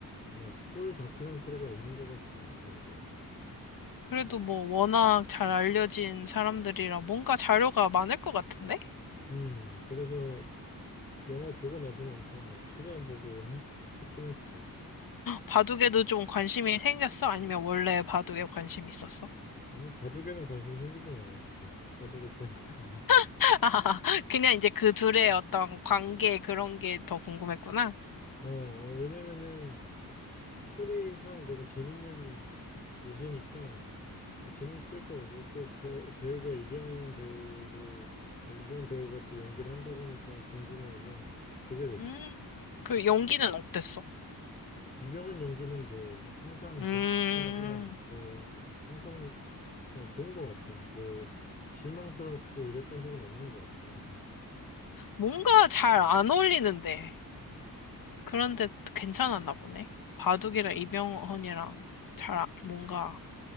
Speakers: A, on the left; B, on the left.
A: 막 풀 다큐멘터리가 있는 것 같진 않더라고.
B: 그래도 뭐 워낙 잘 알려진 사람들이라 뭔가 자료가 많을 것 같은데?
A: 음, 그래서 영화 보고 나서는 엄청 막 찾아보고 해, 했긴 했지.
B: 바둑에도 좀 관심이 생겼어? 아니면 원래 바둑에 관심이 있었어?
A: 아니, 바둑에는 관심이 생기진 않았어. 바둑을 좋아. <laughs>
B: <laughs> 그냥 이제 그 둘의 어떤 관계 그런 게 더 궁금했구나.
A: 어, 어, 왜냐면은 스토리상 너무 재밌는 요소니까 뭐 재미있을 것 같고 또 배우, 배우가 이병헌 배우를 아, 이병헌 배우가 또 연기를 한다고 하니까 궁금해서 보게 됐지.
B: 음, 그 연기는 어땠어?
A: 이병헌 연기는 뭐 항상
B: 음,
A: 볼 때마다 뭐 항상 어, 좋은 것 같아. 뭐 실망스럽고 이랬던 적은 없는 것 같아 항상.
B: 뭔가 잘 안 어울리는데. 그런데 괜찮았나 보네. 바둑이랑 이병헌이랑 잘, 아- 뭔가,